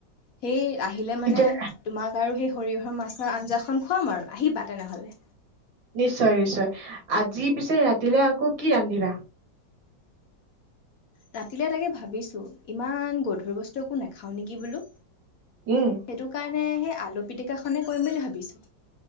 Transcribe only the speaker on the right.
এতিয়া
নিশ্চয় নিশ্চয় আজি পিছে ৰাতিলৈ আকৌ কি ৰান্ধিবা
উম